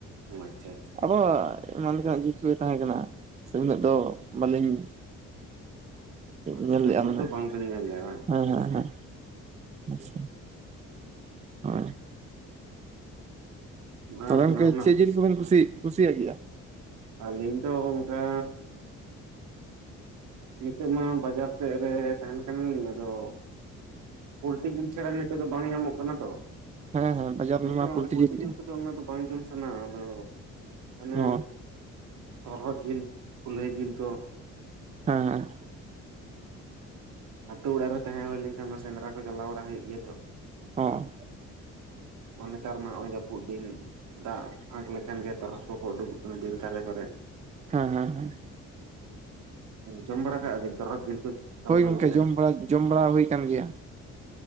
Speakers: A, on the right (about 80°); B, on the right (about 25°).
A: ᱟᱪᱪᱷᱟ ᱟᱪᱪᱷᱟ
B: ᱟᱵᱚ ᱮᱢᱟᱱ ᱞᱮᱠᱟᱱᱟᱜ ᱡᱤᱱ ᱠᱚᱜᱮ ᱛᱟᱦᱮᱸ ᱠᱟᱱᱟ ᱥᱮ ᱩᱱᱟᱹᱜ ᱫᱚ ᱵᱟᱹᱞᱤᱧ
A: ᱟᱪᱪᱷᱟ
B: ᱧᱮᱞ ᱞᱮᱼᱟ
A: ᱩᱱᱟᱹᱜ
B: ᱢᱟᱱᱮ
A: ᱫᱚ ᱵᱟᱝᱵᱤᱱ ᱧᱮᱞ ᱞᱮᱜᱼᱟ ᱵᱟᱝ
B: ᱦᱮᱸ ᱦᱮᱸ ᱦᱮᱸ ᱟᱪᱪᱷᱟ ᱦᱳᱭ
A: ᱚᱱᱟ
B: ᱛᱚᱵᱮᱢᱮᱱᱠᱦᱟ
A: ᱦᱟᱱᱟ ᱱᱟ
B: ᱪᱮᱫ ᱡᱤᱞ ᱠᱚᱵᱮᱱ ᱠᱩᱥᱤ ᱠᱩᱥᱤᱭᱟᱜ ᱜᱮᱭᱟ
A: ᱟᱹᱞᱤᱧ ᱫᱚ ᱚᱱᱠᱟ ᱱᱤᱛᱚᱜ ᱢᱟ ᱵᱟᱡᱟᱨ ᱥᱮᱫ ᱨᱮ ᱛᱟᱦᱮᱱ ᱠᱟᱱᱟᱞᱤᱧ ᱟᱫᱚ ᱯᱳᱞᱴᱤ ᱡᱤᱞ ᱪᱷᱟᱲᱟ ᱱᱤᱛᱚᱜ ᱫᱚ ᱵᱟᱝ ᱧᱟᱢᱚᱜ ᱠᱟᱱᱟ ᱛᱚ
B: ᱦᱮᱸ ᱦᱮᱸ ᱵᱟᱡᱟᱨ
A: ᱢᱮᱱᱠᱷᱟᱱ
B: ᱨᱮᱢᱟ
A: ᱯᱳᱞᱴᱤ ᱡᱤᱞ
B: ᱜᱮ
A: ᱠᱟᱛᱮᱜ ᱫᱚ ᱵᱟᱝ ᱡᱚᱢ ᱥᱟᱱᱟᱣᱟ ᱟᱫᱚ ᱦᱟᱱᱮ
B: ᱚ
A: ᱛᱚᱨᱚᱦᱩᱫ ᱡᱤᱞ ᱠᱩᱞᱟᱹᱭ ᱡᱤᱞ ᱠᱚ
B: ᱦᱮᱸᱮᱸ
A: ᱟᱛᱳ ᱚᱲᱟᱜ ᱨᱮ ᱛᱟᱦᱮᱸ ᱦᱩᱭ ᱞᱮᱱᱠᱷᱟᱱ ᱚᱱᱟ ᱥᱮᱸᱫᱽᱨᱟ ᱠᱚ ᱪᱟᱞᱟᱣ ᱵᱟᱲᱟ ᱦᱩᱭᱩᱜ ᱜᱮᱭᱟ ᱛᱚ
B: ᱦᱚᱸ
A: ᱟᱨ ᱱᱮᱛᱟᱨ ᱢᱟ ᱱᱚᱜᱼᱚᱭ ᱡᱟᱹᱯᱩᱫ ᱫᱤᱱ ᱫᱟᱜ ᱯᱷᱟᱸᱠ ᱞᱮᱠᱷᱟᱱ ᱜᱮ ᱛᱚᱨᱦᱚᱫ ᱠᱚᱠᱚ ᱩᱰᱩᱠᱚᱜ ᱠᱟᱱᱟ ᱵᱤᱨ ᱫᱷᱟᱨᱮ ᱠᱚᱨᱮ <unintelligible>
B: ᱦᱮᱸ ᱦᱮᱸ ᱦᱮᱸ
A: ᱡᱚᱢ ᱵᱟᱲᱟ ᱠᱟᱜᱼᱟ ᱵᱤᱱ ᱛᱚᱨᱦᱚᱫ ᱡᱤᱞ ᱠᱚ ᱚᱠᱟ
B: ᱦᱳᱭ
A: ᱞᱮᱠᱟ
B: ᱜᱚᱝᱠᱮ
A: ᱵᱩᱡᱷᱟᱹᱜᱼᱟ
B: ᱡᱚᱢᱲᱟ ᱡᱚᱢ ᱵᱟᱲᱟ ᱦᱩᱭ ᱠᱟᱱ ᱜᱮᱭᱟ